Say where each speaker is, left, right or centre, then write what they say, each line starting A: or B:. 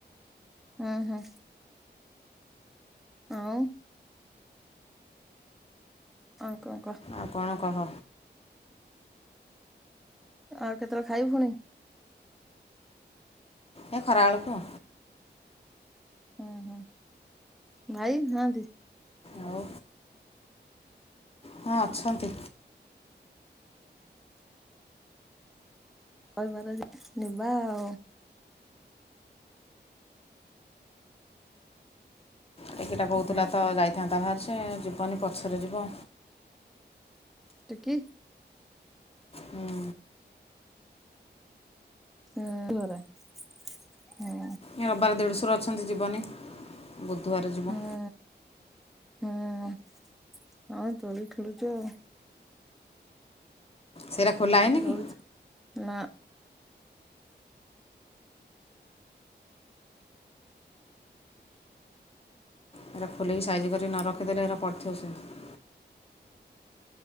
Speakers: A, in the centre; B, on the left.
A: ହୁଁ ହୁଁ। ଆଉ। ଆଉ କଣ କହ?
B: ଆଉ କଣ କହ?
A: ଆଉ କେତେବେଳେ ଖାଇବୁ ପୁଣି?
B: ଏ ଖରାବେଳ ତ
A: ହୁଁ ହୁଁ ଭାଇ ନାହାନ୍ତି।
B: ଆଉ ହଁ ଅଛନ୍ତି।
A: କହିବାର ଯିବା ଆଉ।
B: ଟିକିଟା କହୁଥିଲା
A: ଆଉ
B: ତ
A: କଣ
B: ଯାଇଥାନ୍ତା ବାହାରେ ସେ ଯିବନି ପଛରେ ଯିବ।
A: ଟିକି
B: ହୁଁ।
A: <unintelligible> ହୁଁ।
B: ଏ ରବିବାର ଦେଢୁଶୁର ଅଛନ୍ତି ଯିବନି ବୁଧବାର ଯିବ।
A: ହୁଁ ହୁଁ ହଉ ଦୋଳି ଖେଳୁଛ ଆଉ।
B: ସେଇଟା ଖୋଲା ହେଇନି କି
A: ଦୋଳି ନା
B: ଏଇରା ଖୋଲିକି ସାଇଜ କରିକି ନ ରଖିଦେଲେ ଏଇରା ପଡ଼ିଥିବ ସେଇନ୍ତି।